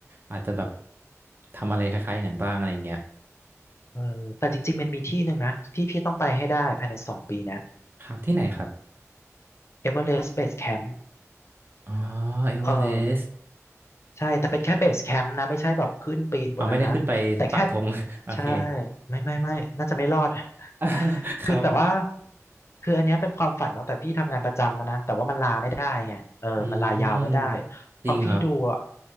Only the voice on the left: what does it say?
เออแต่จริงๆมันมีที่หนึ่งนะที่พี่ต้องไปให้ได้ภายในสองปีนะ
เอเวอเรสต์เบสแคมป์
เออ ใช่ แต่เป็นแค่เบสแคมป์นะไม่ใช่แบบขึ้นปีนบนนั้นนะแต่แค่
ใช่ไม่ไม่ไม่น่าจะไม่รอด
<laughs> คือแต่ว่า
คืออันเนี้ยเป็นความฝันตั้งแต่พี่ทำงานประจำมานะแต่ว่ามันลาไม่ได้ไงเออมันลายาวไม่ได้
พอพี่ดูอ่ะ